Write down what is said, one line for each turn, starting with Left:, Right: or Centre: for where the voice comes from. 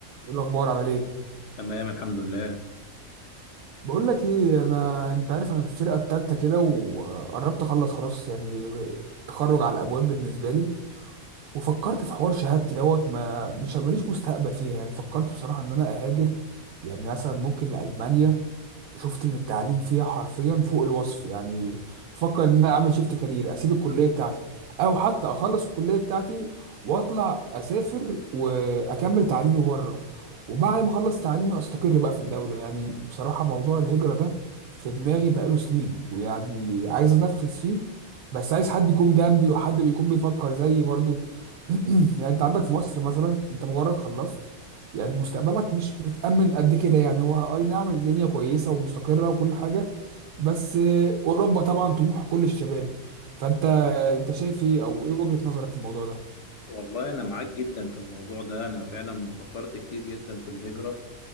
Right: ايه الاخبار عامل ايه
Left: تمام الحمد لله
Right: بقول لك ايه انا انت عارف انا في الفرقه التالتة كده وقربت اخلص خلاص يعني تخرج على الابواب بالنسبه لي وفكرت في حوار شهادتي دوت ما مش ماليش مستقبل فيها يعني فكرت بصراحه ان انا اهاجر يعني مثلا ممكن لالمانيا شفت ان التعليم فيها حرفيا فوق الوصف يعني بفكر ان انا اعمل شيفت كارير اسيب الكليه بتاعتي او حتى اخلص الكليه بتاعتي واطلع اسافر واكمل تعليمي بره وبعد ما اخلص تعليمي استقر بقى في الدوله يعني بصراحه موضوع الهجره ده في دماغي بقاله سنين ويعني عايز انفذ فيه بس عايز حد يكون جنبي وحد بيكون بيفكر زيي برضو <clears throat> يعني انت عندك في مصر مثلا انت مجرد خلصت يعني مستقبلك مش متأمن قد كده يعني هو آه، أي نعم الدنيا كويسة ومستقرة وكل حاجة بس آه، أوروبا طبعا طموح كل الشباب فأنت أنت شايف إيه أو إيه وجهة نظرك في الموضوع ده؟
Left: والله انا معاك جدا في الموضوع ده انا فعلا فكرت كتير جدا في الهجرة